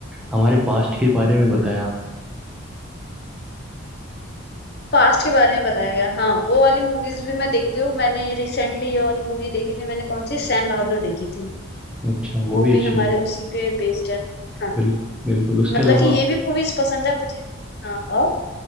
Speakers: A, in the centre; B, on the left.
A: हमारे पास्ट के बारे में बताया हमें
B: पास्ट के बारे में बताया गया हाँ वो वाली मूवीज भी मैं देखती हूँ मैंने ये रिसेंटली ये वाली मूवी देखी थी मैंने कौन सी सैम बहादुर देखी थी
A: अच्छा वो
B: वो
A: भी
B: भी
A: अच्छी
B: हमारे
A: हूँ
B: उसी पे बेस्ड है हाँ
A: बिल, बिल्कुल उसके
B: मतलब
A: अलावा
B: कि ये भी मूवीज पसंद है मुझे हाँ और